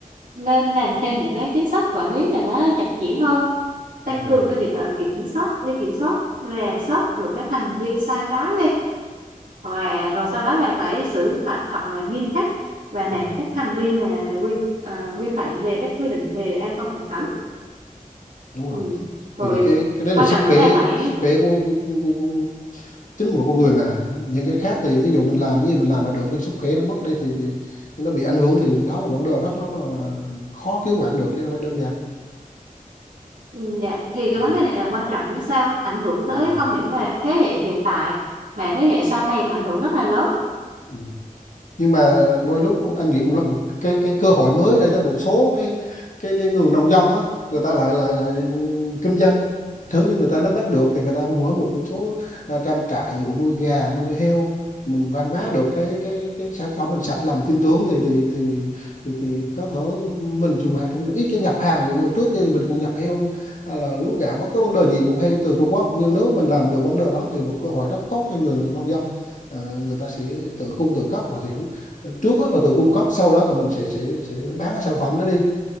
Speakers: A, on the right (about 65°); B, on the left (about 60°).
A: nên làm thêm những cái chính sách quản lý là nó chặt chẽ hơn tăng
B: đúng rồi
A: cường cái việc ờ, kiểm soát đi kiểm soát rà soát được các hành vi sai trái đi hoặc là rồi sau đó là phải xử phạt thật là nghiêm khắc và nặng
B: ừ,
A: các hành vi mà vi ờ, vi phạm về các quy định về an toàn thực phẩm
B: đúng
A: ừ.
B: rồi
A: rồi
B: tại vì cái cái đấy là
A: quan
B: sức
A: trọng
B: khỏe
A: nữa là phải
B: sức khỏe của, của, của, của, của chính một con người mà những cái khác thì ví dụ mình làm như gì mình làm là được nhưng sức khỏe nó mất đi thì, thì, thì nó bị ảnh hưởng thì đó là vấn đề rất là là khó cứu vãn được chứ đâu phải đơn giản
A: ừ, dạ, thì cái
B: ừ.
A: vấn đề này là quan trọng như sau ảnh hưởng tới
B: Ừ.
A: không những là thế hệ hiện tại mà thế hệ sau này ảnh hưởng rất là lớn
B: Ừ. nhưng mà đôi lúc anh nghĩ cũng là một cái cái cơ hội mới để cho một số cái cái cái người nông dân á người ta lại lại lại kinh doanh nếu như người ta nắm bắt được thì người ta mở một số à, trang trại dụ nuôi gà nuôi heo mình quảng bá được cái cái cái, cái sản phẩm mình sạch làm tin tưởng thì thì thì thì, thì có thể mình dùng hàng trong nước ít cái nhập hàng dụ trước kia thì mình cũng nhập heo hay là lúa gạo bất cứ vấn đề gì cũng hay từ Trung Quốc nhưng nếu mình làm được vấn đề đó thì một cơ hội rất tốt cho người nông dân Ờ, người ta sẽ tự cung tự cấp và sẽ trước hết là từ cung cấp sau đó thì mình sẽ sẽ sẽ bán cái sản phẩm đó đi